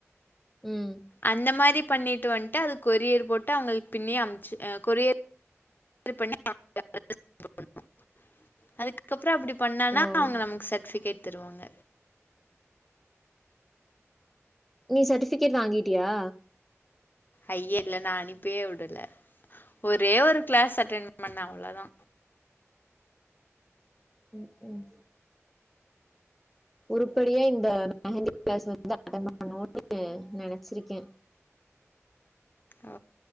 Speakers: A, in the centre; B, on the left (about 40°).
A: ம்.
B: அந்த மாரி பண்ணிட்டு வன்ட்டு அது கொரியர் போட்டு அவுங்களுக்கு பின்னி அமிச்சி அ கொரியர் பண்ணி <unintelligible> அதுக்க அப்புறோ அப்பிடி பண்ணானா
A: ஓ!
B: அவுங்க நமக்கு சர்ட்டிஃபிகேட் திருவாங்க
A: நீ சர்டிஃபிகேட் வாங்கி ட்டியா
B: ஐய்ய இல்ல நா அனுப்பேவுடல ஒரே ஒரு கிளாஸ் அட்டன் பண்ணா அவ்ளவுதா
A: ம் ம் உருப்பிடியா இந்த மெஹந்தி கிளாஸ் வந்து அட்டன் பண்ணனு நெனச்சிருக்கே
B: ஓ